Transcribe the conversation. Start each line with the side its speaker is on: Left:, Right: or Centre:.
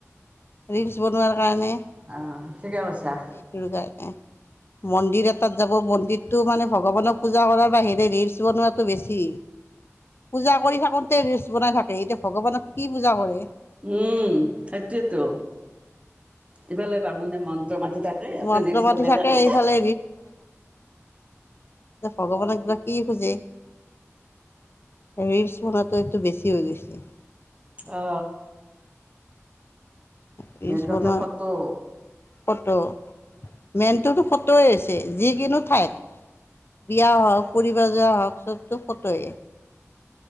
Left: ৰিলছ বনোৱাৰ কাৰণে সেইটোৰ
Right: অঁ ঠিকে কৈছা
Left: কাৰণে। মন্দিৰ এটাত যাব মন্দিৰতটো মানে ভগৱানক পূজা কৰাৰ বাহিৰে ৰিলচ বনোৱাটো বেছি। পূজা কৰি থাকোতে ৰিলছ বনাই থাকে এতিয়া ভগৱানক কি পূজা কৰে।
Right: উম সেইটয়েতো ইফালে বামুণে মন্ত্ৰ মাতি। থাকে হেতে
Left: মন্ত্ৰ
Right: ৰিলছ
Left: পাতি
Right: বনাই থাকে।
Left: এইফালে এ ভগৱানক কিবা কি খুজে। ৰিলছ বনোৱাটো এইটো বেছি হৈ গৈছে
Right: অ।
Left: ৰিলচ
Right: মেইন কথা
Left: বনোৱা
Right: ফটো।
Left: ফটো মেইনটোতো ফটোয় হৈছে যিকোনো ঠাইত। বিয়া হওক ফুৰিব যোৱা হওক চবতটো ফটয়ে।